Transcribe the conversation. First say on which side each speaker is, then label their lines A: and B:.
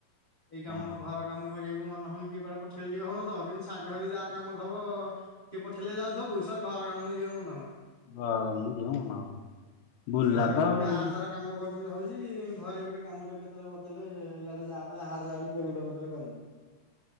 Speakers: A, on the left (about 60°); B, on the left (about 80°).
A: ଏଇ କାମ
B: ହଁ।
A: ଘର କାମ କରିବାକୁ ମନ ହଉନି କି କୁଆଡେ ପଠେଇଲେ ଟିକେ ହଉନଥିବ କିନ୍ତୁ ସାଙ୍ଗସାାଥି ଯାହାର କାମ ଥିବ କିଏ ପଠେଇଲେ ଯାଉଥିବ। ତା ଘର କାମକୁ ଯିବା କୁ ମନହଉନି।
B: ବା ମୁଁ ଯିବାକୁ ମନା କରୁଚି ବୁଲିଲାତ
A: ଘରେ କହୁଛନ୍ତି
B: ଆଉ।
A: ଆ ସାରା କାମ କରୁଛୁ ଭାବୁଛି ହଉଛି ଘରେ ଗୋଟେ କାମ ଟେ କେତେବେଳେ ବତେଇଲେ ଇଆଡ଼େ ଯାହାଲେ ବୋଲଟେ ବତେଇଲେ କରୁନୁ।